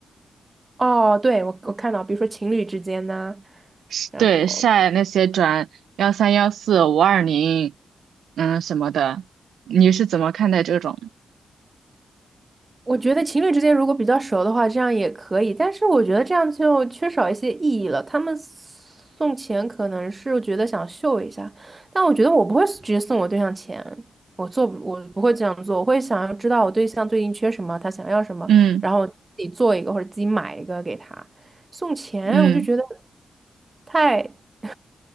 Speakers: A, on the right; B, on the right.
A: 哦，对，我我看到，比如说情侣之间呐、
B: 是对，
A: 然后
B: 晒那些转幺三幺四五二零，嗯什么的。你是怎么看待这种？
A: 我觉得情侣之间如果比较熟的话，这样也可以，但是我觉得这样就缺少一些意义了。他们送钱可能是觉得想秀一下，但我觉得我不会直接送我对象钱，我做不，我不会这样做，我会想要知道我对象最近缺什么，他想要什么，
B: 嗯
A: 然后自己做一个或者自己买一个给他。送钱，
B: 嗯，
A: 我就觉得太，<laughs>